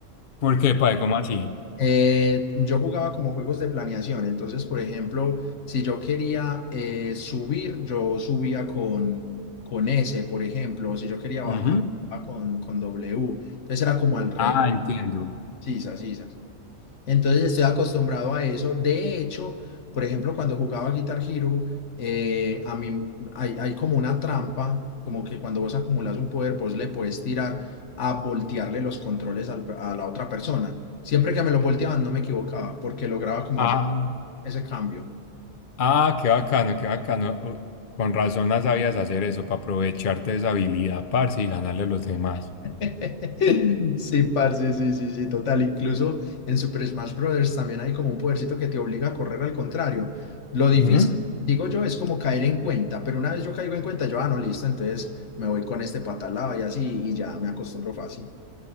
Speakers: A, on the left; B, on the left.
A: ¿Por qué, padre? ¿Cómo así?
B: Eh, yo jugaba como juegos de planeación, entonces, por ejemplo, si yo quería eh, subir, yo subía con, con S, por ejemplo, si yo quería bajar,
A: Ujú.
B: bajaba con, con W, entonces era como al revés,
A: Ah, entiendo.
B: sisas, sisas. Entonces estoy acostumbrado a eso. De hecho, por ejemplo, cuando jugaba Guitar Hero, eh, a mí hay, hay como una trampa, como que cuando vos acumulas un poder, vos le puedes tirar a voltearle los controles al pe- a la otra persona. Siempre que me los volteaban, no me equivocaba, porque lograba como
A: Ah,
B: hacer ese cambio.
A: ah, qué bacano, qué bacano. Uh, Con razón no sabías hacer eso, para aprovecharte de esa habilidad, parce, y ganarle a los demás.
B: <laughs> Sí, parce, sí, sí, sí, total. Incluso en Super Smash Bros. también hay como un podercito que te obliga a correr al contrario. Lo difícil,
A: Ujú.
B: digo yo, es como caer en cuenta, pero una vez yo caigo en cuenta, yo, ah, no, listo, entonces me voy con este patalado y así, y ya me acostumbro fácil.